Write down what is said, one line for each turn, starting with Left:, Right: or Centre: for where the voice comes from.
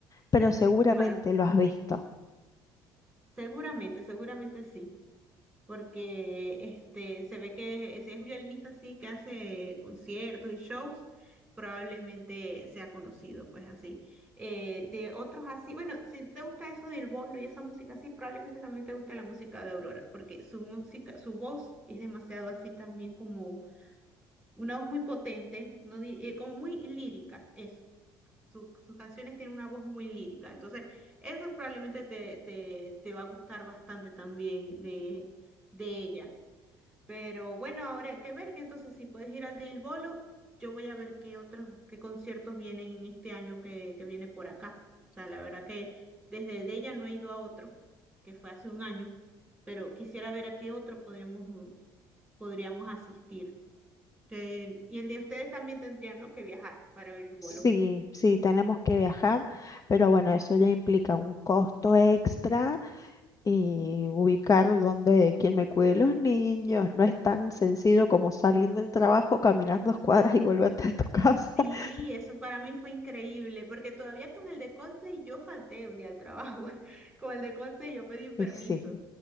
Left: pero seguramente
Centre: Pasa.
Left: lo has visto.
Centre: seguramente, seguramente sí. porque este, se ve que si es un violinista así que hace conciertos y shows, probablemente sea conocido, pues así. Eh, de otros así, bueno, si te gusta eso del bolo y esa música así, probablemente también te guste la música de Aurora, porque su música, su voz es demasiado así también como una voz muy potente, no di- eh, como muy lírica, eso. Sus, sus canciones tienen una voz muy lírica, entonces eso probablemente te, te, te va a gustar bastante también de, de ella. Pero bueno, ahora hay que ver que entonces si puedes ir al del Bolo, yo voy a ver qué otros, qué conciertos vienen en este año que, que viene por acá. O sea, la verdad que desde el de ella no he ido a otro, que fue hace un año, pero quisiera ver a qué otro podríamos, mm, podríamos asistir. Eh, y el de ustedes también tendrían, ¿no? que viajar para ver el Bolo.
Left: Sí, sí, tenemos que viajar, pero bueno, eso ya implica un costo extra y ubicar donde quien me cuide los niños. No es tan sencillo como salir del trabajo, caminar dos cuadras y volverte a tu casa.
Centre: Sí,
Left: <laughs>
Centre: eso para mí fue increíble, porque todavía con el de Coldplay yo falté un día al trabajo. <laughs> Con el de Coldplay yo pedí permiso.
Left: Y sí.